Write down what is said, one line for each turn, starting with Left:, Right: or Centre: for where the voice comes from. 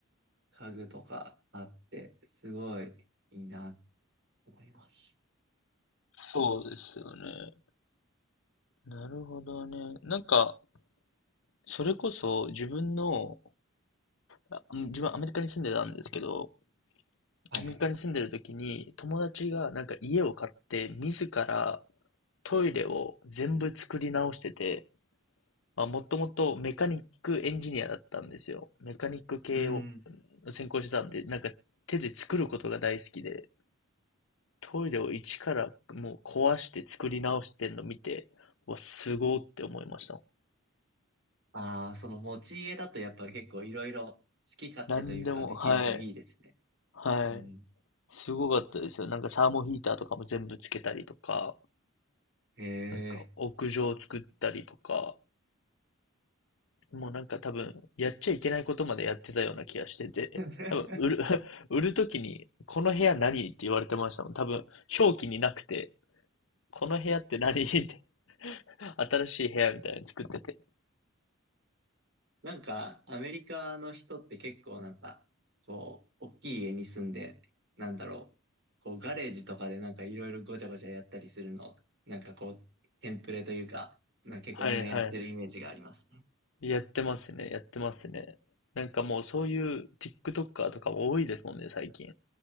Right: 家具とかあって、すごいいいなと思います。
Left: そうですよね。なるほどね。なんか、それこそ自分のあうん自分アメリカに住んでたんですけど、
Right: はいはい。
Left: アメリカに住んでる時に友達がなんか家を買って自らトイレを全部作り直してて、まあ、もともとメカニックエンジニアだったんですよ。メカニック系を
Right: うん。
Left: 専攻してたんで、なんか手で作ることが大好きで、トイレを一からもう壊して作り直してんの見て、うわ、すごーって思いました。
Right: ああ、その持ち家だとやっぱり結構いろいろ好き勝手というかできるのいいですね。
Left: なんでも、はい、はい。
Right: うん。
Left: すごかったですよ。なんかサーモヒーターとかも全部つけたりとか、
Right: へ
Left: なんか屋上を作ったりとか、
Right: え。
Left: もうなんか多分やっちゃいけないことまでやってたような気がしてて、
Right: <laughs>
Left: 多分売る、<laughs> 売るときに、この部屋何って言われてましたもん。多分表記になくて、この部屋って何って、新しい部屋みたいに作ってて。
Right: なんか、アメリカの人って結構なんか、こう、大きい家に住んで、なんだろう、こう、ガレージとかでなんかいろいろごちゃごちゃやったりするの、なんかこう、テンプレというか、なんか結構みんなやってるイメージがありますね。
Left: はいはい。やってますね、やってますね。なんかもうそういう TikToker とかも多いですもんね、最近。